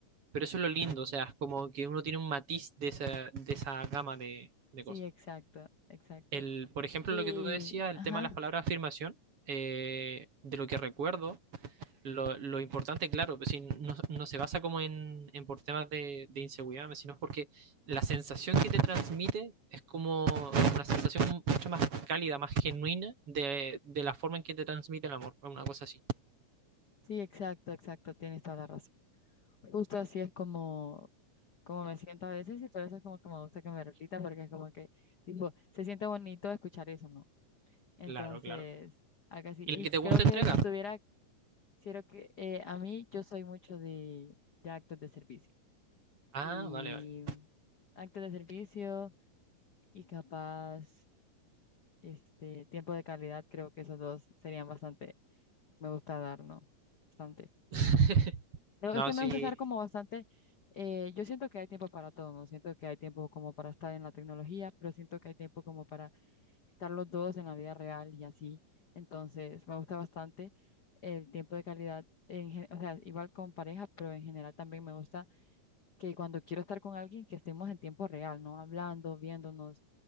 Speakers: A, on the right; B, on the left.
A: pero eso es lo lindo. O sea, es como que uno tiene un matiz de esa, de esa gama de, de
B: Sí,
A: cosas.
B: exacto, exacto.
A: El, por ejemplo,
B: Y,
A: lo que tú decías, el
B: ajá,
A: tema de las palabras afirmación, eh, de lo que recuerdo. lo, lo importante, claro, pues, si no, no se basa como en, en por temas de, de inseguridad, pues, sino porque la sensación que te transmite es como una sensación mucho más cálida, más genuina de, de la forma en que te transmite el amor, una cosa así.
B: sí, exacto, exacto, tienes toda la razón. Justo así es como, como me siento a veces y por eso es como que me gusta que me repita porque es como que, tipo, se siente bonito escuchar eso, ¿no? Entonces,
A: Claro, claro.
B: acá sí.
A: ¿Y
B: Y
A: la que te gusta
B: creo que
A: entregar?
B: si tuviera, creo que eh, a mí yo soy mucho de, de actos de servicio
A: Ah,
B: y
A: vale, vale.
B: actos de servicio y capaz, este, tiempo de calidad, creo que esos dos serían bastante, me gusta dar, ¿no? Bastante.
A: <laughs>
B: No,
A: No,
B: es que
A: sí,
B: me gusta estar como bastante, eh, yo siento que hay tiempo para todo, ¿no? Siento que hay tiempo como para estar en la tecnología, pero siento que hay tiempo como para estar los dos en la vida real y así. Entonces, me gusta bastante el tiempo de calidad, en, gen- o sea, igual con pareja, pero en general también me gusta que cuando quiero estar con alguien, que estemos en tiempo real, ¿no? Hablando, viéndonos,